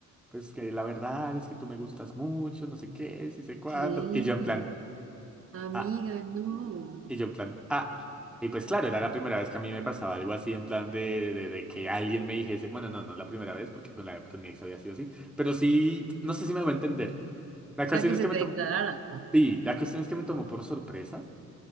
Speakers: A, in the centre; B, on the right.
A: pues que la verdad es que tú me gustas mucho, no sé qué, si sé cuándo.
B: ¿Qué?
A: Y yo en plan...
B: Amiga,
A: ah,
B: no.
A: Y
B: O
A: yo en plan, ah. Y pues claro, era la primera vez que a mí me pasaba algo así en plan de, de, de que alguien me dijese, bueno, no, no la primera vez porque con, la, con mi ex había sido así, pero sí, no sé si me voy a entender. La
B: sea,
A: cuestión
B: que
A: es
B: se
A: que me
B: te
A: tomó,
B: declarara.
A: sí, la cuestión es que me tomó por sorpresa